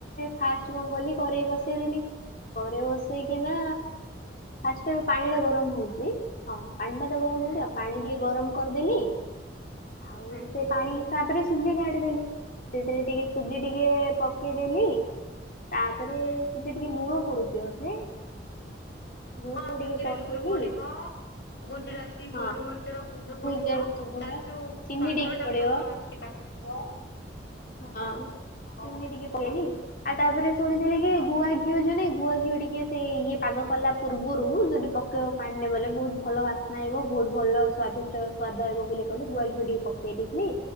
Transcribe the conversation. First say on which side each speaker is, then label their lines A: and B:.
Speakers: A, on the left (about 45°); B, on the left (about 70°).
A: ଫାଷ୍ଟ କଁ କଲି କରେଇ ବସେଇଦେଲି କରେ ବସ୍ ସେଇକିନା ଫାଷ୍ଟେ ପାଣିଟା ଗରମ ହେଉଚି। ହଁ ପାଣିଟା ତ ଗରମ
B: ହୁଁ
A: ହଉଚି ଆଉ ପାଣି ଟିକେ ଗରମ କରିଦେଲି। ଆଉ
B: ହୁଁ
A: ସେ ପାଣି ହିସାବରେ ସୁଜି କାଢିଦେଲି ସେଥିରେ ଟିକେ ସୁଜି
B: ହୁଁ
A: ଟିକେ ପ କେ ଦେଲି ତାପରେ ସେମିତି
B: ହୁଁ
A: ଟିକେ ଲୁଣ ପଡୁଛି ବୋଧେ। ଲୁଣ
B: ହଁ
A: ଟିକେ
B: ସୁଜିରେ
A: ପକେଇଲି।
B: ଲୁଣ ପଡିବ। ଗୁଜୁରାତି ଗୋଲୁମରିଚର
A: ହଁ
B: ଗୁଣ୍ଡ ପଡିବ,
A: ଭୁଜଙ୍ଗ ଗୁଣ୍ଡ
B: ତାର ଯୋଉ
A: ଚିନି
B: ସ୍ଵାଦ
A: ଟିକେ
B: ଟା
A: ପଡିବ।
B: ଭଲ ଆସ ହୁଁ,
A: ହଁ ଚିିନି
B: ହୁଁ
A: ଟିକେ ପକେଇଲି। ଆଉ ତାପରେ ଶୁଣିଥିଲି କି ଗୁଆ ଘିଅ ଜଣେ ଗୁଆ ଘିଅ ଟିକେ ସେ ଇଏ ପାଗ କଲା ପୂର୍ବରୁ ଯଦି ପ କ ପାଣିନେ ପଇଲେ ବହୁତ ଭଲ ବାସ୍ନା ଆସିବ, ବହୁତ ଭଲ ସ୍ଵାଦିଷ୍ଟ ସ୍ୱାଦ ଆଇବ ବୋଲି କହିଲେ ଗୁଆ ଘିଅ ଟିକେ ପ କେ ଦେଇଥିଲି।